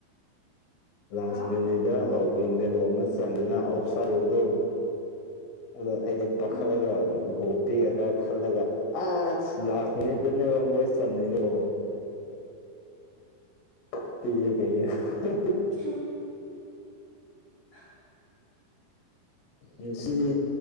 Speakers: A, on the left; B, on the left.
A: ꯂꯥꯁ
B: ꯍꯥ
A: ꯃꯤꯅꯤꯗ ꯀꯣꯂꯣꯕꯦꯒꯣ ꯑꯃ ꯆꯪꯗꯨꯅ ꯑꯣꯞꯁꯥꯒꯣꯗ ꯑꯗꯣ ꯑꯩꯗ ꯄꯈꯠꯂꯒ
B: ꯎꯝ
A: ꯄꯤꯒꯗ꯭ꯔꯥ ꯈꯜꯂꯒ ꯑꯁ ꯂꯥꯁ ꯃꯤꯅꯤꯠꯇꯅꯦꯕ ꯃꯣꯏ ꯆꯟꯅꯩꯗꯣ ꯄꯞꯄꯤꯤ ꯀꯩꯦ <unintelligible>
B: ꯁꯨ <inaudible>
A: ꯉꯁꯤꯅꯤ